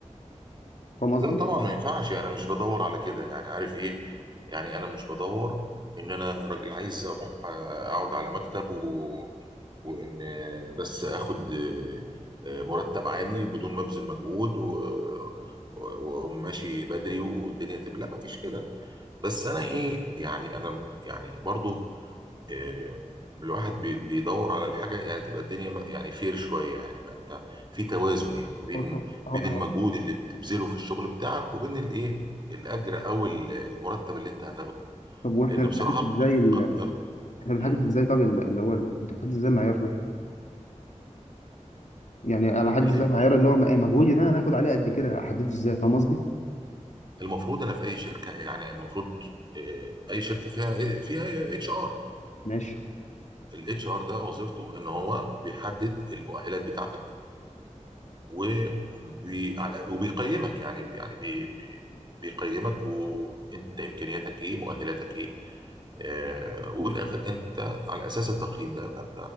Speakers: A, on the left; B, on the right.
A: فاهم قصدي؟
B: لا طبعا ما ينفعش انا مش بدور على كده يعني عارف ايه يعني انا مش بدور ان انا راجل عايز اروح آه، اقعد على مكتب و... وان آه، بس اخد آه، آه، مرتب عالي بدون ما ابذل مجهود و... و- وماشي بدري والدنيا تبقى لا مفيش كده بس انا ايه يعني انا يعني برضو آه، الواحد بي- بيدور على الحاجة يعني تبقى الدنيا م- يعني فير شوية يعني بقى انت في توازن يعني بين
A: هو- هو-
B: بين المجهود
A: هو-
B: اللي بتبذله في الشغل بتاعك وبين الايه الاجر او ال- المرتب اللي انت هتاخده
A: طب واحنا
B: لان
A: بنحدد
B: بصراحة
A: ازاي ال...
B: قد-
A: احنا بنحدد
B: مم.
A: ازاي طب ال- اللي هو ال... انت بتحدد ازاي المعيار ده يعني انا احدد
B: ال-
A: ازاي المعيار اللي هو م- مجهودي ده انا هاخد عليه قد كده احدده ازاي فاهم قصدي
B: المفروض انا في اي شركة يعني المفروض آه، اي شركة فيها إيه، فيها اتش ار
A: ماشي
B: الاتش ار ده وظيفته ان هو بيحدد المؤهلات بتاعتك وبي... على- وبيقيمك يعني يعني بي... بي... بيقيمك وانت امكانياتك ايه مؤهلاتك ايه آه والاخر انت على اساس التقييم ده فانت